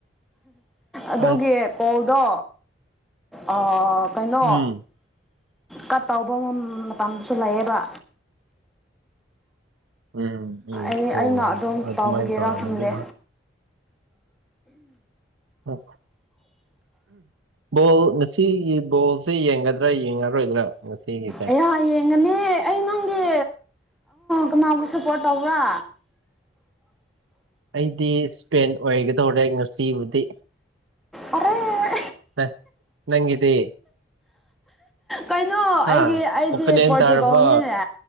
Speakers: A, in the centre; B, on the right.
A: ꯑꯗꯨꯒꯤ
B: ꯑꯁ
A: ꯀꯣꯜꯗꯣ ꯑ ꯀꯩꯅꯣ
B: ꯎꯝ
A: ꯀꯠ ꯇꯧꯕ ꯃꯇꯝꯁꯨ ꯂꯩꯌꯦꯕ
B: ꯎꯝ ꯎꯝ
A: ꯑꯩ
B: ꯑꯣ
A: ꯑꯩꯅ ꯑꯗꯣꯝ
B: ꯑꯗꯨꯃꯥꯏꯅ
A: ꯇꯥꯎꯕꯒꯤꯔꯥ
B: ꯇꯧꯔꯝꯃꯗꯤ
A: ꯈꯪꯗꯦ
B: ꯑꯥ ꯑꯣ ꯕꯣꯜ ꯉꯁꯤꯒꯤ ꯕꯣꯜꯁꯦ ꯌꯦꯡꯒꯗ꯭ꯔꯥ ꯌꯦꯡꯉꯔꯣꯏꯗ꯭ꯔꯥ ꯉꯁꯤꯒꯤꯁꯦ
A: ꯑꯌꯥ ꯌꯦꯡꯒꯅꯤ ꯑꯩ ꯅꯪꯒꯤ ꯀꯅꯒꯤ ꯁꯄꯣꯔꯠ ꯇꯧꯕ꯭ꯔꯥ
B: ꯑꯩꯗꯤ ꯏꯁꯄꯦꯟ ꯑꯣꯏꯒꯗꯧꯔꯦ ꯉꯁꯤꯕꯨꯗꯤ
A: ꯑꯔꯦ
B: ꯑ ꯅꯪꯒꯤꯗꯤ
A: ꯀꯩꯅꯣ
B: ꯍꯥ
A: ꯑꯩꯒꯤ ꯑꯩꯗꯤ
B: ꯑꯣꯄꯅꯦꯟ
A: ꯄꯣꯔꯇꯨꯒꯜꯅꯤꯅꯦ
B: ꯇꯥꯔꯕ